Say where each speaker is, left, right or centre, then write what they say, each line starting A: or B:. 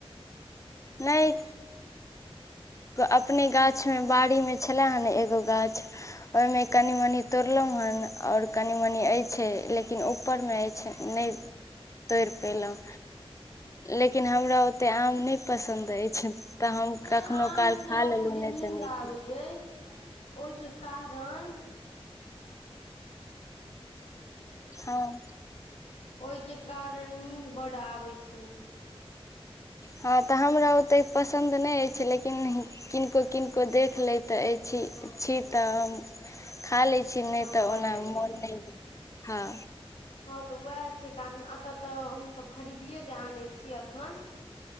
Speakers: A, on the left; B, on the left.
A: नहि अपने गाछ मऽ बाड़ी मऽ छलेय हन एगो गाछ ओहिमे कनि मनि तोड़लहुँ हेँ आओर कनि मनी अछि लेकिन ऊपरमऽ अछि नहि तोड़ि पयलहुँ लेकिन हमरा ओत ओते आम नहि पसन्द अछि तऽ हम
B: हे
A: कखनो
B: आम
A: काल
B: खेला
A: खा लेलुँ
B: से जे
A: नहि
B: नींद
A: तऽ नहि खेलू
B: आबै अछि ओहिके कारण
A: हँ
B: ओहिके कारण नीद बड आबे छै
A: हँ तऽ हमरा ओतेक पसन्द नहि अछि लेकिन किनको किनको देख लैतैत अछि छी तऽ हम खा लैतऽ छी नहि
B: मोन
A: तऽ
B: भऽ
A: ओना
B: जाइया
A: मोन नहि होय हँ
B: हँ तऽ उएह छै कारण एतऽ तऽ हमसभ खरीदिए क आनै छी एखन